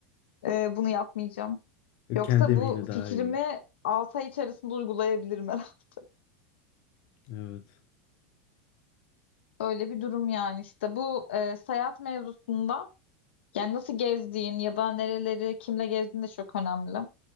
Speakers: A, on the left; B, on the left.
A: e, bunu yapmayacağım. Yoksa
B: Kendi emeğine
A: bu
B: daha
A: fikrimi
B: iyi olur.
A: 6 ay içerisinde uygulayabilirim herhalde.
B: Evet.
A: <laughs> Öyle bir durum yani işte bu e, seyahat mevzusunda yani nasıl gezdiğin ya da nereleri kimle gezdiğin de çok önemli.